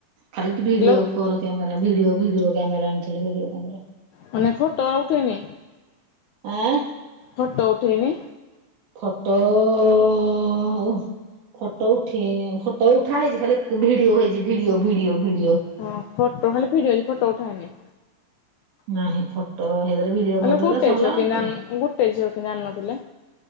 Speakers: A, on the right; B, on the left.
A: ଖାଲି video
B: low
A: call camera video video camera ଆଣିଥିଲେ ଭିଡିଓ କ୍ୟାମେରା।
B: ମାନେ ଫୋଟୋ ଉଠେନି।
A: ଆଁ
B: ଫଟୋ ଉଠେଇନି।
A: ଫଟୋ ଓ ହଉ ଫଟୋ ଉଠେଇ ଫଟ ଉଠା ହେଇଛି ଖାଲି ଭିଡିଓ ହେଇଛି ଭିଡିଓ ଭିଡିଓ ଭିଡି
B: ହଁ ଫଟୋ ଖାଲି ଭିଡିଓ ଅଛି ଫଟୋ ଉଠାଏନି।
A: ନାହିଁ ଫଟୋ ସେଇଦରେ ଭିଡିଓ
B: ଆଲୋ
A: କରିଦେଲେ
B: ଗୋଟେ
A: ସଲା
B: ଝିଅ କେମିତି
A: ଅଉ କିରା?
B: ଆଣି ଗୋଟେ ଝିଅ କେମିତି ଆଣିନଥିଲେ?